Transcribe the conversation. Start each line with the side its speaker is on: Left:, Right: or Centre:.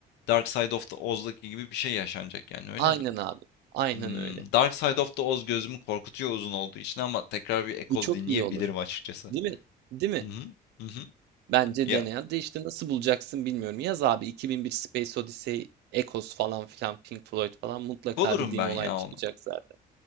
Left: Dark Side of the Oz'daki gibi bir şey yaşanacak yani öyle
Right: Aynen
Left: mi?
Right: abi. Aynen
Left: Hmm,
Right: öyle.
Left: Dark Side of the Oz gözümü korkutuyor uzun olduğu için ama tekrar bir Echoes
Right: Bu çok
Left: dinleyebilirim
Right: iyi olur.
Left: açıkçası.
Right: Değil mi? Değil mi?
Left: Hı hı. Hı hı.
Right: Bence
Left: Ya
Right: dene. de işte nasıl bulacaksın bilmiyorum. Yaz abi 2001 Space Odyssey, Echoes falan filan, Pink Floyd falan mutlaka
Left: bulurum
Right: dediğim
Left: ben
Right: olay
Left: ya
Right: çıkacak
Left: onu.
Right: zaten.